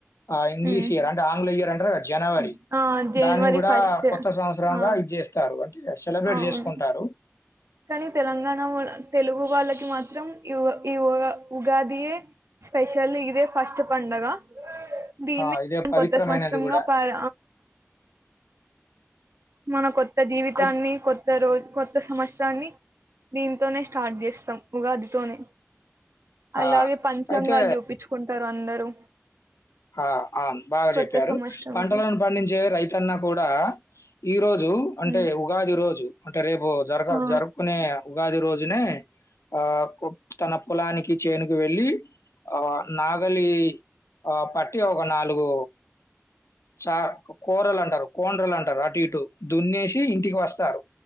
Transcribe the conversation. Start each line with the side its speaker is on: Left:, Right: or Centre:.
Left: ఆ ఇంగ్లీష్
Right: ఉమ్
Left: ఇయర్ అంటే ఆంగ్ల ఇయర్ అంట జనవరి
Right: ఉమ్. ఆ జనవరి
Left: దాన్ని గూడా
Right: ఫస్ట్
Left: కొత్త సంవత్సరంగా
Right: ఆ
Left: ఇది జేస్తారు అంటే సెలబ్రేట్
Right: అవును
Left: చేసుకుంటారు
Right: కానీ తెలంగాణ వా తెలుగు వాళ్ళకి మాత్రం ఈ ఈ ఉ ఉగాదియే స్పెషల్లీ ఇదే ఫస్ట్ పండగ దీన్నే
Left: ఆ! ఇదే పవిత్రమైనది
Right: కొత్త సంవత్సరంగా
Left: గూడా.
Right: పర మన కొత్త జీవితాన్ని
Left: అయిత్
Right: కొత్త రోజు కొ కొత్త సంవత్సరాన్ని దీంతోనే స్టార్ట్ జేస్తాం ఉగాదితోనే అలాగే
Left: ఆ!
Right: పంచాంగాలు
Left: అయితే
Right: జూపిచుకుంటారు అందరూ
Left: ఆ అను బాగా
Right: కొత్త
Left: చెప్పారు
Right: సంవత్సరంకి
Left: పంటలను పండించే రైతన్నా కూడా ఈరోజు రోజు అంటే
Right: ఉమ్,
Left: ఉగాది రోజు అంటే రేపు జరగ
Right: ఆ
Left: జరుపుకునే ఉగాది రోజునే ఆ తన కులానికి చేనుకు వెళ్ళలి ఆ నాగలి ఆ పట్టి ఒక నాలుగు చ కూరలు అంటారు కోండ్రలు అంటారు అటు ఇటు దున్నేసి ఇంటికి వస్తారు